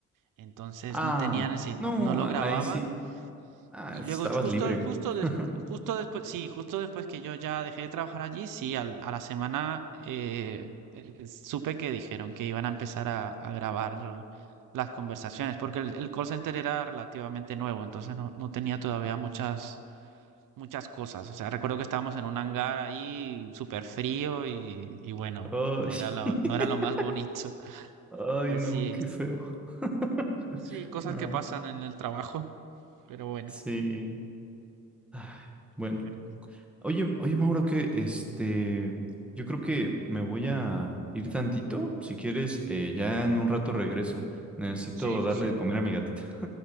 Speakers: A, on the right; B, in the centre.
A: Entonces
B: Ah,
A: no tenían, el sis-
B: no,
A: no lo
B: ahí
A: grababan
B: sí. Ah,
A: y
B: estabas
A: luego justo,
B: libre.
A: justo,
B: <laughs>
A: des- justo después, sí, justo después que yo ya dejé de trabajar allí, sí, al- a la semana eh, eh, supe que dijeron que iban a empezar a, a grabar las conversaciones, porque el, el call center era relativamente nuevo, entonces no, no tenía todavía muchas, muchas cosas. O sea, recuerdo que estábamos en un hangar ahí súper frío y, y bueno,
B: Ay,
A: no era lo,
B: <laughs>
A: no era lo más bonito.
B: ay,
A: Pues
B: no,
A: sí,
B: qué
A: es-
B: feo. <laughs>
A: sí, cosas
B: Ah,
A: que pasan en el trabajo, pero bueno,
B: sí. Ay, bueno.
A: a ver.
B: Oye, oye, Mauro, que este, yo creo que me voy a ir tantito. Si quieres, eh, ya en un rato regreso. Necesito
A: Sí,
B: darle
A: sí.
B: de comer a mi gatita.